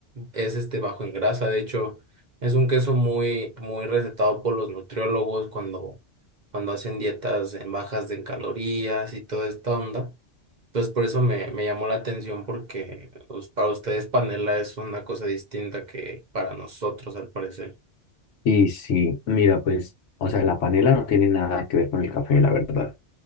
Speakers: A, on the right; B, on the left.
A: es este bajo en grasa. De hecho, es un queso muy, muy recetado por los nutriólogos cuando, cuando hacen dietas en bajas en calorías y toda esta onda. Entonces, por eso me, me llamó la atención, porque pues, para ustedes panela es una cosa distinta que para nosotros, al parecer.
B: Sí, sí, mira, pues, o sea, la panela no tiene nada que ver con el café, la verdad.